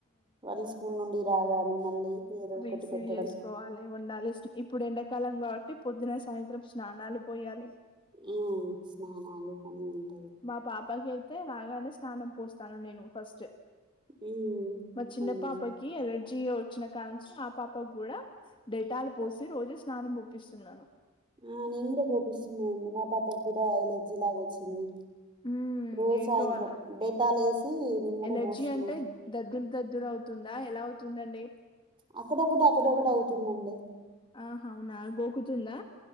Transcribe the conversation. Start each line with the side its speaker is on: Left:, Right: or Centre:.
Right: వాళ్ళు స్కూల్ నుండి రాగానే మళ్ళీ ఏదో
Left: రిసీవ్
Right: ఒకటి పెట్టడం
Left: చేసుకోవాలి వండాలి ఇప్పుడు ఎండాకాలం కాబట్టి పొద్దున సాయంత్రం స్నానాలు పోయ్యలి
Right: ఆ స్నానాలు పని ఉంటాయి
Left: మా పాపకి అయితే రాగానే స్నానం పోస్తాను నేను ఫస్ట్
Right: ఉమ్
Left: మ చిన్న
Right: అవునండి
Left: పాపకి ఎలా జియో వచ్చిన కంచి ఆ పాపక్కుడా డేటాలు
Right: పో-
Left: పోసి రోజు స్నానం ప్ ప్పిస్తున్నాను
Right: ఆ నేను కూడా పోపిస్తున్నానండి మా పాపకు కూడా ఎలర్జిలాగా వచ్చింది
Left: ఉమ్
Right: రోజు
Left: ఏంటో
Right: సాయంత్రం
Left: వాళ్ళ
Right: డేటాలు వేసి నేను కూడా
Left: ఎలర్జీ
Right: పోస్తున్నా
Left: అంటే దగ్గర దగ్దుర అవుతుందా ఎలా తుందండి
Right: అక్కడ్ ఒకటి అక్కడోకటి అ తున్నండి
Left: ఆహా అవునా గోకుతుందా